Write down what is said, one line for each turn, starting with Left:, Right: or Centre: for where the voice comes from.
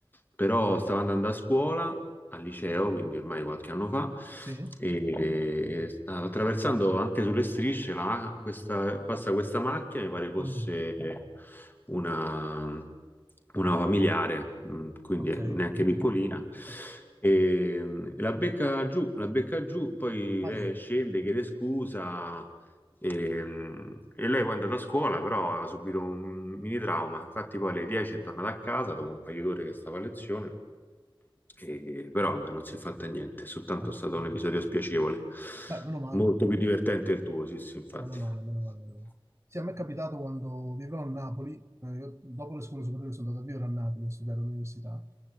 Left: Però stavo andando a scuola, al liceo, quindi ormai qualche anno fa,
Right: sì?
Left: e, e stavo attraversando anche sulle strisce, la- questa- passa questa macchina, mi pare fosse
Right: Mm,
Left: una, una familiare, mh, quindi
Right: ok,
Left: neanche
Right: ok,
Left: piccolina.
Right: ok.
Left: E, mh, la becca giù, la becca giù, poi
Right: Aia,
Left: lei scende, chiede scusa, e, mm, e lei poi è andata a scuola, però aveva subito un mini trauma. Infatti, poi alle 10 è tornata a casa dopo un paio d'ore che stava a lezione, e, però vabbè, non si è fatta niente, è soltanto
Right: ah,
Left: stato
Right: ok.
Left: un episodio spiacevole.
Right: Beh, meno male.
Left: Molto più divertente il tuo, sì, sì, infatti.
Right: Meno male,
Left: <laughs>
Right: meno male, meno male. Sì, a me è capitato quando vivevo a Napoli, eh, io dopo le scuole superiori sono andato a vivere a Napoli, a studiare all'università.